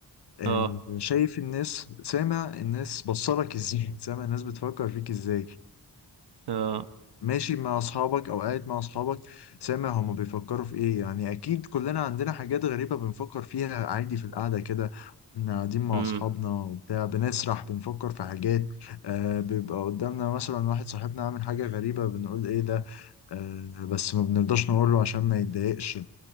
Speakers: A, on the left; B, on the right.
A: آه،
B: اه
A: شايف الناس سامع الناس بصلك ازاي <laughs> سامع الناس بتفكر فيك ازاي
B: اه
A: ماشي مع اصحابك او قاعد مع اصحابك سامع هما بيفكروا في ايه يعني اكيد كلنا عندنا حاجات غريبة بنفكر فيها عادي في القعدة كده احنا قاعدين مع
B: امم
A: اصحابنا وبتاع بنسرح بنفكر في حاجات آه بيبقى قدامنا مثلا واحد صاحبنا عامل حاجة غريبة بنقول ايه ده آه بس ما بنرضاش نقوله عشان ما يتضايقش